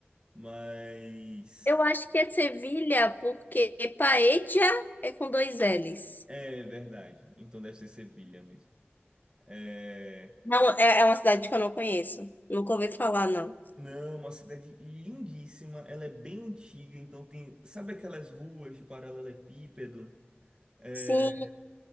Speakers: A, on the right; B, on the left.
A: mas
B: Eu acho que é Sevilha, porque Paella é com dois L's.
A: É verdade. Então deve ser Sevilha mesmo. É...
B: Não, é é uma cidade que eu não conheço. Nunca ouvi falar, não.
A: Não, uma cidade lindíssima. Ela é bem antiga, então tem. Sabe aquelas ruas de paralelepípedo? É,
B: Sim,